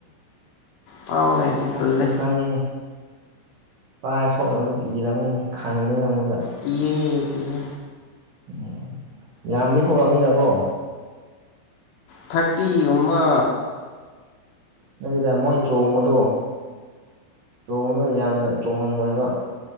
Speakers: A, on the left; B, on the right.
A: ꯐꯥꯕ ꯍꯩꯇꯦ
B: ꯁꯥꯛꯛꯇ
A: ꯇꯜꯂꯦ
B: ꯈꯪꯉꯤꯅꯤ ꯄꯚꯥꯏ ꯁꯣꯛꯅꯕꯒ ꯏꯔꯝꯅꯤꯅꯤ ꯈꯪꯗꯅ ꯑꯃꯨꯒ
A: ꯀꯤꯌꯦ ꯀꯤꯌꯦ
B: ꯎꯝ ꯌꯥꯝꯗꯤ ꯊꯣꯛꯂꯛꯑꯅꯤꯗꯀꯣ
A: ꯊꯔꯇꯤ ꯎꯃ
B: ꯅꯠꯇꯗ ꯃꯣꯏ ꯆꯣꯡꯃꯨꯗꯣ ꯆꯣꯡꯉꯒ ꯌꯥꯝꯅ ꯇꯣꯡꯉꯝꯂꯣꯏꯕ